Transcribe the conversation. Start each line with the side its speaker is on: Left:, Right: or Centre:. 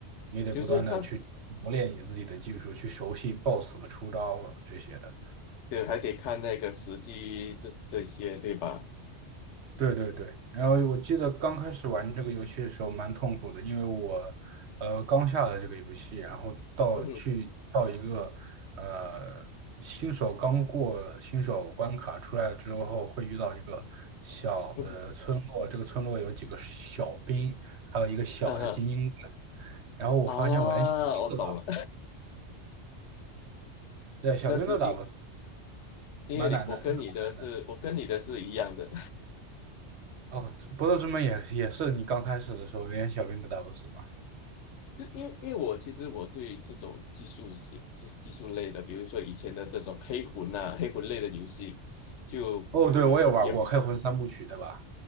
Right: 你得不断的去磨练你自己的技术，
Left: 就是他
Right: 去熟悉 BOSS 的出招这些的。
Left: 对还得看那个时机这这些对吧？
Right: 对对对，然后我记得刚开始玩这个游戏的时候蛮痛苦的，因为我呃刚下了这个游戏，然后到去到一个呃新手刚过新手关卡出来之后，
Left: 嗯哼
Right: 会遇到一个小的村落，
Left: 嗯哼。
Right: 这个村落有几个小兵，还有一个小的精英，
Left: 嗯哼
Right: 然后我发现我连小兵都打不，
Left: 啊，我懂了，<laughs>
Right: 对，小兵都打不死，
Left: 那是因因为你我跟你的是我跟你的是一样的，
Right: 蛮难的，真的蛮难的。哦，不斗之门也也是你刚开始的时候连小兵都打不死吗？
Left: <laughs> 就因为因为我其实我对这种技术型技技术类的，比如说以前的这种黑魂呐、黑魂类的游戏，就比比也
Right: 哦，对，我也玩过《黑魂三部曲》，对吧？